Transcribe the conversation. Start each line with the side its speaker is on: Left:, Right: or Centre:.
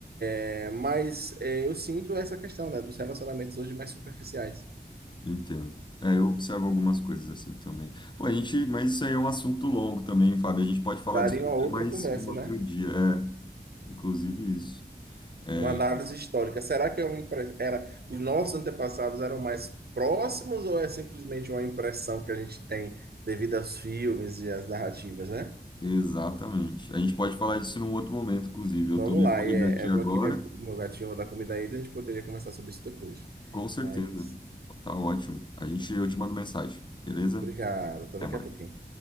Right: É, mas é, eu sinto essa questão, né, dos relacionamentos hoje mais superficiais.
Left: Entendo. É, eu observo algumas coisas assim também. Pô, a gente, mas isso aí é um assunto longo também, Fábio. A gente pode falar
Right: Daria
Left: disso
Right: uma outra
Left: até mais
Right: conversa,
Left: um outro
Right: né?
Left: dia. É, inclusive isso. É,
Right: Uma análise histórica. Será que é uma impre- era os nossos antepassados eram mais próximos ou é simplesmente uma impressão que a gente tem devido aos filmes e às narrativas, né?
Left: exatamente. A gente pode falar disso num outro momento, inclusive. Eu
Right: Vamos
Left: tô meio
Right: lá,
Left: corrido
Right: e é,
Left: aqui
Right: é,
Left: agora,
Right: vou aqui ver o meu gatinho vou dar comida a ele, a gente poderia conversar sobre isso depois.
Left: com certeza.
Right: Mas
Left: Tá ótimo. A gente, eu te mando mensagem, beleza?
Right: obrigado, até
Left: Até
Right: daqui
Left: mais.
Right: a pouquinho.